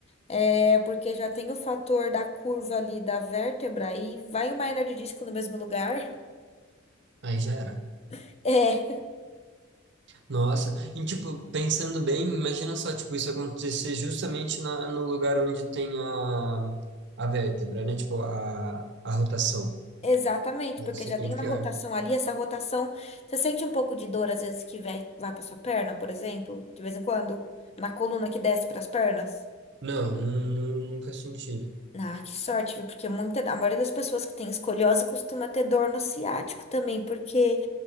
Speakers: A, on the left; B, on the right.
A: É, porque já tem o fator da curva ali da vértebra e vai uma hernia de disco no mesmo lugar.
B: Aí já era.
A: <laughs> é.
B: Nossa, e tipo, pensando bem, imagina só, tipo, isso acontecer justamente na, no lugar onde tem a, a vértebra, né? Tipo, a, a rotação.
A: Exatamente,
B: Deve
A: porque
B: ser
A: já
B: bem
A: tem uma
B: pior.
A: rotação ali, essa rotação, você sente um pouco de dor às vezes que vai, vai para sua perna, por exemplo, de vez em quando, na coluna que desce para as pernas.
B: Não, nu- nu- nunca senti.
A: Ah, que sorte, viu? Porque muita, a maioria das pessoas que tem escoliose costuma ter dor no ciático também, porque